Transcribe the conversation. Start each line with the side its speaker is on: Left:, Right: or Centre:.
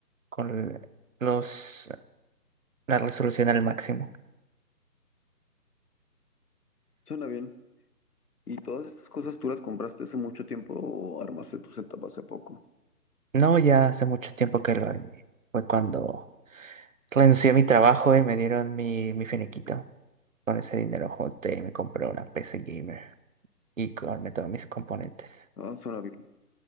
Right: con los, la resolución al máximo.
Left: Suena bien. ¿Y todas estas cosas tú las compraste hace mucho tiempo o armaste tu setup hace poco?
Right: No, ya hace mucho tiempo que lo armé. Fue cuando renuncié a mi trabajo y me dieron mi, mi finiquito. Con ese dinero junté y me compré una PC gamer y armé todos mis componentes.
Left: Ah, suena bien.